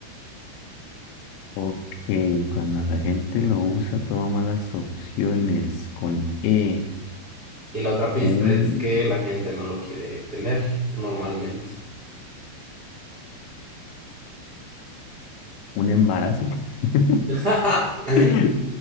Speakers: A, on the left; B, on the right.
A: Ok, cuando la gente lo usa, toma malas opciones. Con E,
B: Y la otra pista
A: un,
B: es que la gente no lo quiere tener normalmente.
A: un embarazo. <laughs>
B: <laughs>
A: Ese,